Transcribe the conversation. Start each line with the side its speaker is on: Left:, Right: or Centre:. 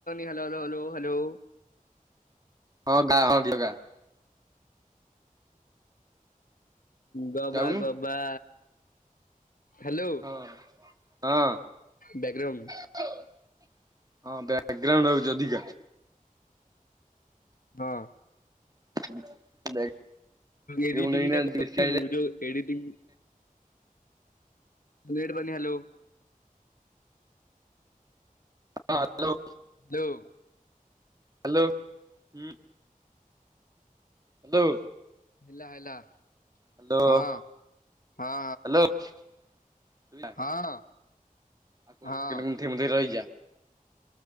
Left: ହ୍ୟାଲ ହଲୋ ହ୍ୟାଲୋ।
Right: ହଁ ଗାଁ ହଁ ଗା।
Left: ଗବା
Right: ଯାଉନୁ
Left: ଗବା। ହ୍ୟାଲୋ
Right: ହଁ ହଁ।
Left: ବେଗରମ
Right: ହଁ <unintelligible> ହଉଛି ଅଧିକ।
Left: ହଁ।
Right: <inaudible> ବ୍ୟାକଗ୍ରାଉଣ୍ଡ
Left: ଏଡିଟିଂ
Right: ଏଇନା
Left: ଟା କରିଥିଲୁ
Right: ବେଶୀ ଆଇଲେ
Left: ଯୋଉ ଏଡିଟିଂ ଭେଟ ବନ ହ୍ୟାଲୋ।
Right: ହଁ ହ୍ୟାଲୋ।
Left: ହ୍ୟାଲୋ।
Right: ହ୍ୟାଲୋ ହୁଁ। ହ୍ୟାଲୋ।
Left: ହେଲା ହେଲା।
Right: ହ୍ୟାଲୋ
Left: ହଁ ହଁ
Right: ହ୍ୟାଲୋ।
Left: ହଁ।
Right: <unintelligible>
Left: ହଁ। ହଁ
Right: ରହିଯା।